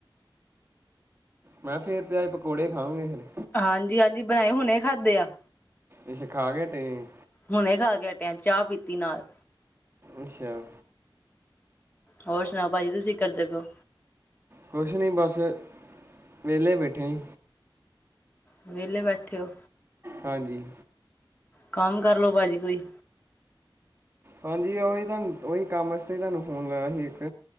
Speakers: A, on the right; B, on the left.
A: ਮੈਂ ਫੇਰ ਤੇ ਅਜ, ਪਕੌੜੇ ਖਾਉਗੇ ਹੇ
B: ਹਾਂਜੀ ਹਾਂਜੀ, ਬਣਾਏ, ਹੁਣੇ ਖਾਧੇ ਆ।
A: ਅੱਛਾ ਖਾ ਕੇ ਹਟੇ ਆ।
B: ਹੁਣੇ ਖਾ ਕੇ ਹਟੇ ਆ, ਚਾਹ ਪੀਤੀ ਨਾਲ।
A: ਅੱਛਾ
B: ਹੋਰ ਸੁਣਾਓ, ਭਾਜੀ ਤੁਸੀਂ ਕੀ ਕਰਦੇ ਪਏ ਔ।
A: ਕੁਛ ਨਹੀਂ ਬਸ, ਵਿਹਲੇ ਬੈਠੇ ਐ।
B: ਵਿਹਲੇ ਬੈਠੇ ਔ
A: ਹਾਂਜੀ
B: ਕੰਮ ਕਰਲੋ ਭਾਜੀ ਕੋਈ
A: ਹਾਂਜੀ ਔ ਹੀ ਤੁਹਾਨੂੰ, ਔ ਹੀ ਕੰਮ ਵਾਸਤੇ ਹੀ ਤੁਹਾਨੂੰ ਫੋਨ ਲਾਇਆ ਸੀ, ਇੱਕ